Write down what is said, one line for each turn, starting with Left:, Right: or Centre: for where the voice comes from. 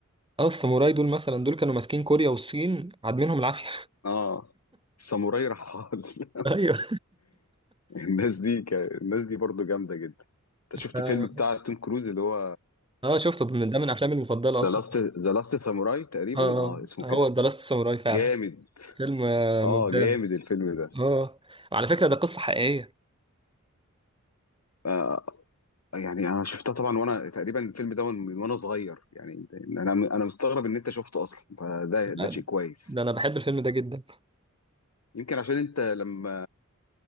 Right: اه الساموراي دول مثلا دول كانوا ماسكين كوريا والصين عادمينهم العافية
Left: آه الساموراي رحال
Right: <laughs> ايوه
Left: الناس دي ك... الناس دي برضو جامدة جدا انت
Right: ف-
Left: شفت فيلم بتاع توم كروز اللي هو
Right: اه شفته من ده من أفلامي المفضلة أصلا
Left: ذا لاست ذا لاست ساموراي تقريبا
Right: اه
Left: اه اسمه
Right: آه،
Left: كده
Right: هو ذا لاست ساموراي فعلا
Left: جامد
Right: فيلم آه،
Left: اه
Right: ممتاز
Left: جامد الفيلم ده
Right: اه وعلى فكرة ده قصة حقيقية
Left: آه يعني انا شفتها طبعا وانا تقريبا الفيلم ده من من وانا صغير يعني انا انا مستغرب ان انت شفته اصلا فده
Right: لا،
Left: ده شيء كويس
Right: ده انا بحب الفيلم ده جدا
Left: يمكن عشان انت لما